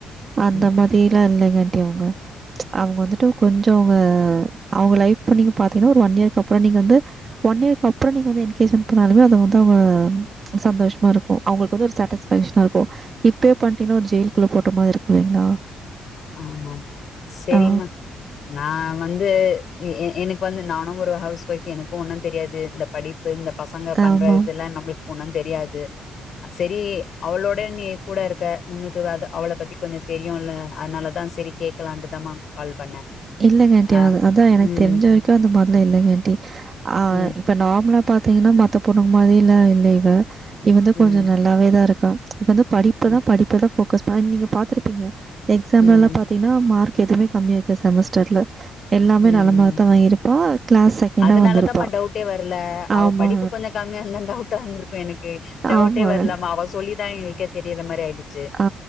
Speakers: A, on the right; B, on the left.
A: அந்த
B: ம்
A: மாதில்லா இல்லைங்காண்ட்டி அவுங்க அவுங்க வந்துட்டு கொஞ்சோ அ அவுங்க லைஃப நீங்க பாத்தீங்கன்னா ஒரு ஒன் இயர்க்கு அப்புறோ நீங்க வந்து ஒன் இயர்க்கு அப்புறோ நீங்க வந்து என்கேஜ்மெண்ட் பண்ணாலுமே அது வந்து அவுங்க சந்தோஷ மா
B: ம்
A: இருக்கு அவுங்களுக்கு வந்து ஒரு சாட்டிஸ்ஃபேக்க்ஷனா இருக்கு இப்பே பண்ணீடீங்கனா ஒரு ஜெயிலுக்குள்ள போட்ட மாரி இருக்கு இல்லைங்களா
B: ஆமாமா செரிம்மா
A: ஆ
B: நா வந்து எ எ எனக்கு வந்து நானு ஒரு ஹவுஸ் ஒய்ஃப் எனக்கு ஒன்னு தெரியாது இந்த படி ப்பு இந்த பசங்க பண்ற
A: ஆமாம்
B: இதெல்லா நம்பளுக்கு ஒண்ணு தெரியாது சரி அவளோட நீ கூட இருக்க உன்னக்குவாது அவள பத்தி கொஞ்சோ தெரியுல்ல அதனாலதா சரி கேட்கலான்ட்டுதாமா கால் பண்ண
A: இல்லங்கஆன்ட்டி
B: ஆ
A: அதா எனக்கு
B: ம்
A: தெரிஞ்ச வரைக்கு அந்தமாரிலா இல்லங்க ஆன்ட்டி ஆ
B: ம்
A: இப்ப நார்மலா பாத்தீங்கன்னா மத்த பொண்ணுங்க மாரில்ல இல்ல இவ இவ வந்து
B: ம்
A: கொஞ்சோ நல்லாவேதா இரு கா இப்ப வந்து படிப்புதா
B: ம்
A: படிப்புதா ஃபோகஸ் பண்ண நீங்க பாத்ருப்பீங்க எக்ஸாம்லலா
B: ம்
A: பா த்தீங்கன்னா மார்க் எதுவுமே கம்மியா இருக்காது செமஸ்டர்ல எல்லாமே
B: ம்
A: நல்லமார்க்த்தா
B: ம்
A: வாங்கிருப்பா கிளாஸ் செகெண்டா
B: அதனாலதாம்மா
A: வந்திருப்பா
B: டவுட்டே வரல. அவ
A: ஆமா
B: படிப்பு கொஞ்சம் கம்மியா இருந்தா டவுட்டா இருந்திருக்கு எனக்கு டவுட்டே
A: ஆமா
B: வரலாமா அவ சொல்லிதா எங்களுக்கே தெரியற மாரி ஆயிடுச்சு
A: ஆ